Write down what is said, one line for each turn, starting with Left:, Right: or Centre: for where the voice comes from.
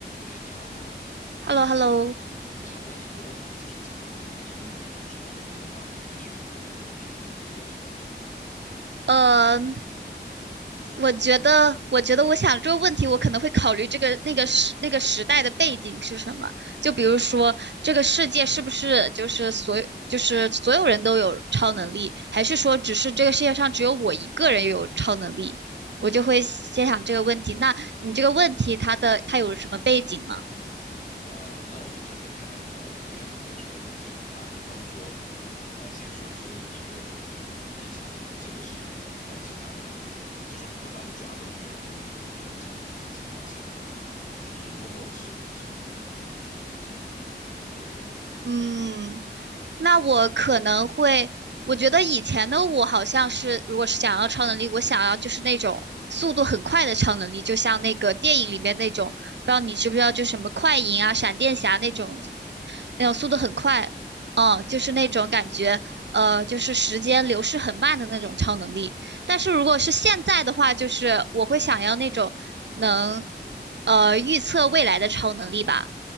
Left: 哎，你好，Hello，
Right: h e l l o h e l l o
Left: 我想问你一个问题，就是假如你可以拥有一种超能力的话，你会选择哪一种超能力？为什么呢？
Right: 呃，我觉得，我觉得我想这个问题，我可能会考虑这个那个时那个时代的背景是什么。就比如说，
Left: 嗯
Right: 这个世界是不是就是所有就是所有人都有超能力，还是说只是这个世界上只有我一个人有超能力？我就会先想这个问题。
Left: 嗯，
Right: 那你这个问题，它的它有什么背景吗？
Left: 呃，那我们就分开来讨论，分开随便说一下。就打比方说，呃，先说只有你一个人拥有超能力，并且这个是隐藏的，其他人就是不会把你抓走去研究你的超能力的情况下，你可以默默的使用你的超能力的这种，你会怎么选择？
Right: 嗯，那我可能会，我觉得以前的我好像是，如果是想要超能力，我想要就是那种速度很快的超能力，就像那个电影里面那种，不知道你知不知道，
Left: 嗯
Right: 就什么快银啊、闪电侠那种，
Left: 嗯嗯，索尼克，
Right: 那种速度很快，
Left: 嗯
Right: 嗯，就是那种感觉，呃，就是时间流逝很慢的那种超能力。
Left: 嗯。
Right: 但是如果是现在的话，就是我会想要那种能，呃，预测未来的超能力吧。